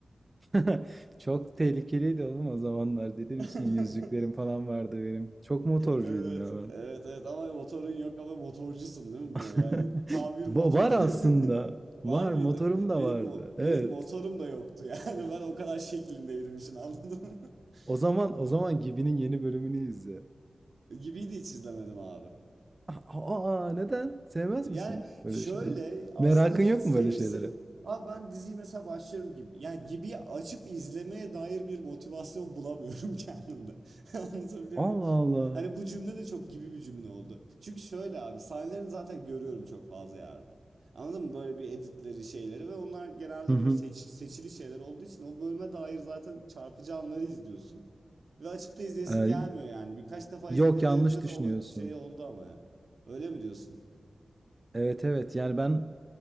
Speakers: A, on the right (about 30°); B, on the right (about 75°).
A: <laughs> Çok tehlikeliydi oğlum o zamanlar. Deli misin?
B: <laughs>
A: Yüzüklerim falan vardı benim. Çok motorcuydum
B: Evet,
A: ya ben.
B: evet, evet ama motorun yok ama motorcusun değil mi
A: <laughs>
B: böyle? Hani tam bir
A: Va-
B: motor.
A: Var aslında.
B: <laughs> Var
A: Var
B: mıydı?
A: motorum da
B: Benim
A: vardı.
B: mo-
A: Evet.
B: benim motorum da yoktu yani <laughs> ben o kadar şeklindeydim işin anladın mı?
A: O zaman
B: Of.
A: o zaman Gibi'nin yeni bölümünü izle.
B: Gibiydi hiç izlemedim abi.
A: Aa, aa, neden? Sevmez
B: Yani
A: misin böyle
B: şöyle
A: şeyleri?
B: aslında
A: Merakın
B: hiç
A: yok
B: sevip
A: mu böyle şeylere?
B: se- abi ben diziyi mesela başlarım gibi. Yani gibi açıp izlemeye dair bir motivasyon bulamıyorum <laughs> kendimde. <laughs> Anlatabiliyor
A: Allah
B: muyum?
A: Allah.
B: Hani bu cümle de çok gibi bir cümle oldu. Çünkü şöyle abi sahnelerini zaten görüyorum çok fazla yerde. Anladın mı? Böyle bir editleri şeyleri ve onlar genelde
A: Hı hı.
B: böyle seç- seçili şeyler olduğu için o bölüme dair zaten çarpıcı anları izliyorsun. Ve açıp da izleyesin
A: Ee,
B: gelmiyor yani. Birkaç defa
A: yok
B: izlemeyi
A: yanlış
B: denediğimde
A: düşünüyorsun.
B: de onu şey oldu ama ya. Öyle mi diyorsun?
A: Evet evet yani ben